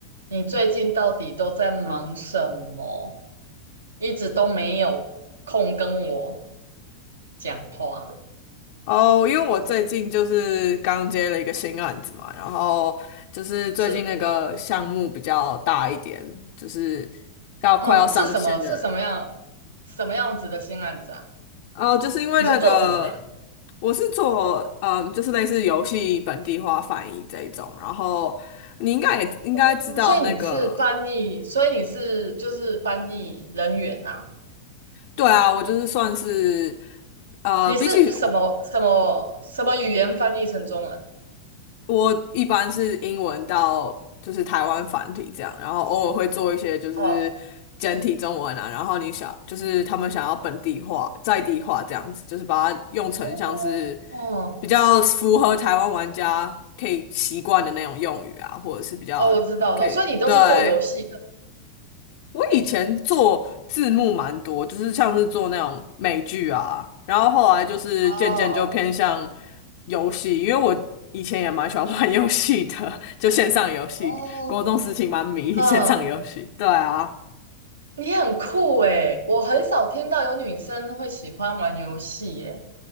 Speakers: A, on the right (about 70°); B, on the left (about 50°).
A: 你最近到底都在忙什么？一直都没有空跟我讲话，
B: 哦，因为我最近就是刚接了一个新案子嘛，然后就是最近那个项目比较大一点，
A: 是，
B: 就是要快要上线的。
A: 哼，是什么？是什么样？什么样子的新案子啊？
B: 哦，就是因为那个
A: 你是做什么的呀？
B: 我是做嗯，就是类似游戏本地化翻译这一种，然后你应该也应该知道那个，
A: 嗯所以你是翻译，所以你是就是翻译人员呐、
B: 对啊，我就是算是呃，
A: 你是什么什么什么语言翻译成中文？
B: 比起我我一般是英文到就是台湾繁体这样，然后偶尔会做一些就是简体中文啊，
A: 哦
B: 然后你想就是他们想要本地化、在地化这样子，就是把它用成像是
A: 哦哦
B: 比较符合台湾玩家可以习惯的那种用语啊，或者是比较可以，
A: 哦，我知道了，所以你都是做游戏的吗
B: 对，我以前做字幕蛮多，就是像是做那种美剧啊，然后后来就是渐渐就偏向
A: 哦
B: 游戏，因为我以前也蛮喜欢玩游戏的，就线上游戏，
A: 哦。
B: 国中时期蛮迷线上游戏。
A: 嗯，
B: 对啊，
A: 你很酷诶，我很少听到有女生会喜欢玩游戏耶。